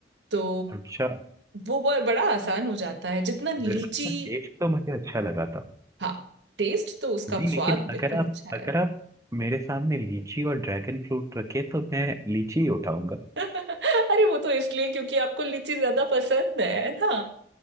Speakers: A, on the right; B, on the right.
A: तो
B: अच्छा
A: वो ब- बड़ा आसान हो जाता है जितना लीची
B: बिल्कुल टेस्ट तो मुझे अच्छा लगा था
A: हाँ टेस्ट तो उसका
B: जी लेकिन
A: स्वाद
B: अगर
A: बिल्कुल
B: आप
A: अच्छा
B: अगर
A: है
B: आप मेरे सामने लीची और ड्रैगन फ्रूट रखे तो मैं लीची ही उठाऊंगा
A: <laughs> अरे वो तो इसलिए क्योंकि आपको लीची ज्यादा पसंद है ना